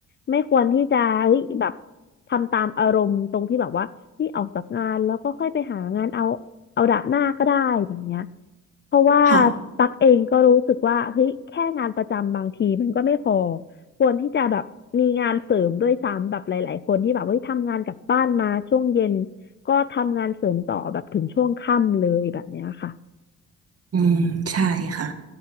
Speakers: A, on the left; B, on the right.
A: ไม่ควรที่จะเฮ้ยแบบทำตามอารมณ์ตรงที่แบบว่านี่ออกจากงานแล้วก็ค่อยไปหางานเอาเอาดาบหน้าก็ได้แบบเนี้ยเพราะว่า
B: ค่ะ
A: ตักเองก็รู้สึกว่าเฮ้ยแค่งานประจำบางทีมันก็ไม่พอควรที่จะแบบมีงานเสริมด้วยซ้ำแบบหลายๆคนที่แบบเฮ้ยทำงานกลับบ้านมาช่วงเย็นก็ทำงานเสริมต่อแบบถึงช่วงค่ำเลยแบบเนี้ยค่ะ
B: อืมใช่ค่ะ